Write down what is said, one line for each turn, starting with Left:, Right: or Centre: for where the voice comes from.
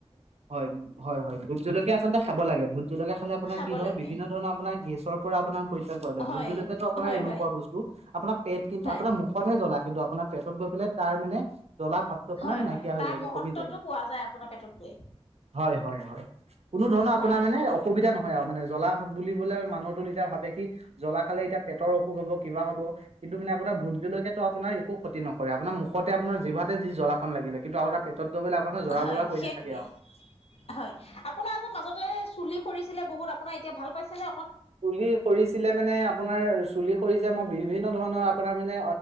Right: হয় হয় হয় ভোতজলকীয়া আচলতে খাব লাগে ভোট জলকীয়া খালে আপোনাৰ
Left: খাব
Right: কি হয়
Left: লাগে
Right: বিভিন্ন ধৰণৰ আপোনাৰ গেছৰ। পৰা আপোনাৰ পৰি। পোৱা যায়
Left: হয়
Right: ভূত জলকীয়াটো আপোনাৰ
Left: হয়
Right: এনেকুৱ
Left: হয়
Right: বস্তু আপোনাৰ পেট কিন্তু
Left: হয়
Right: আপোনাৰ মুখতহে জ্বলায়। কিন্তু আপোনাৰ পেটত গৈ। <unintelligible> তাৰ মানে জ্বলা ভাৱটো আপোনাৰ
Left: হয়
Right: নাইকিয়া
Left: হয়
Right: হৈ
Left: তাৰ
Right: যায় গৈ
Left: মহত্বটো
Right: কমি যায় গৈ।
Left: পোৱা যায় আপোনাৰ পেটত গৈ
Right: হয় হয় হয় কোনো ধৰণৰ
Left: হয়
Right: আপোনাৰ মানে অসুবিধা নহয় আৰু মানে জ্বলা বুলিবলে মানুহ। এতিয়া ভাবে কি জ্বলা খালে এতিয়া পেটৰ অসুখ হ'ব কিবা হ'ব। কিন্ত মানে আপোনাৰ ভূতজলকীয়াত। আপোনাৰ একো ক্ষতি নকৰে আপোনাৰ মুখতে আপোনাৰ জিভাতে যি জলাখন লাগিলে কিন্তু আপোনাৰ পেটত। গৈ পেলাই আপোনাৰ জৰা
Left: হয়
Right: বুৰা কৰি
Left: সেইটোৱে
Right: নাথাকে আৰু
Left: হয় আপোনাৰ আ মাজতে চুলি সৰিছিলে বহুত আপোনাৰ এতিয়া ভাল। ছেনে।
Right: চুলি সৰিছিলে মানে আপোনাৰ। চুলি সৰিছে মই বিভিন্ন ধৰণৰ আপোনাৰ মানে